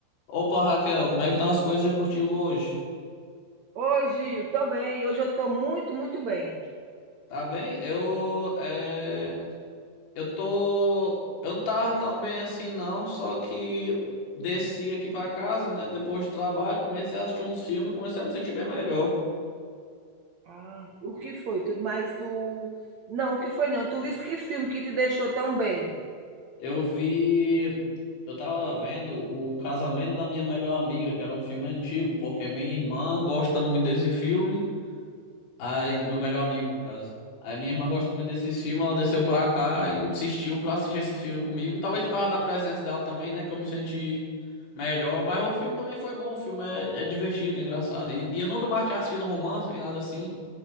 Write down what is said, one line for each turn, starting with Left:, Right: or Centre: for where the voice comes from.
Left: Opa, Raquel, como é que estão as coisas aí por ti hoje?
Right: Oi, Gil, tô bem. Hoje eu tô muito, muito bem.
Left: Tá bem? Eu, é, eu tô, eu não tava tão bem assim não, só que desci aqui pra casa, né, depois do trabalho, comecei a assistir uns filmes, e comecei a me sentir bem melhor.
Right: Ah, o que foi? Tu, mas tu. Não, o que foi não? Tu viste que filme que te deixou tão bem?
Left: Eu vi, eu tava vendo O Casamento da Minha Melhor Amiga, que era um filme antigo, porque minha irmã gosta muito desse filme. Aí, do meu melhor amigo, no caso. Aí minha irmã gosta muito desses filmes, ela desceu pra cá e insistiu pra assistir esse filme comigo. Talvez por causa da presença dela também, né? Que eu me senti melhor. Mas o filme também foi bom, o filme é, é divertido, engraçado. E, e eu nunca mais tinha assistido romance nem nada assim.